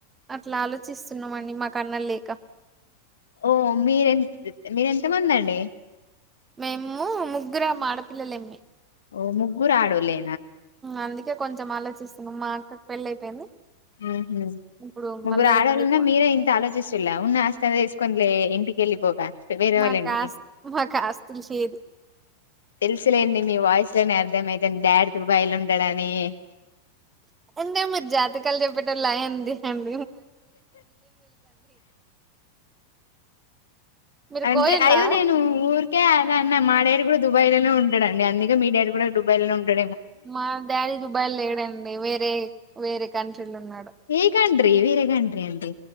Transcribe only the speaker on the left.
ఓ మీరెంత మీరెంతమంది అండి
ఓ ముగ్గురు ఆడోల్లే
ఉహు
ముగ్గురు
అడోలున్న
మీరే ఇంత ఆలోచిస్తులే ఉన్న ఆస్తి తీసుకొనిలే ఇంటికి వెలిపోగా వేరే
వాళ్ళ ఇంటికి
తెలుసులేండి మీ వాయిస్ నే అర్ధం అయితంది డాడ్ కి <unintelligible>
అంతే
అయ్యో నేను ఊర్కే అలా అన్న మా డాడీ కూడా దు దుబాయ్ లోనే ఉంటాడండి అందుక మీ డాడీ కూడా దుబాయ్ లోనే ఉంటా
ఏ కంట్రీ వేరే ఏదో కంట్రీ అండి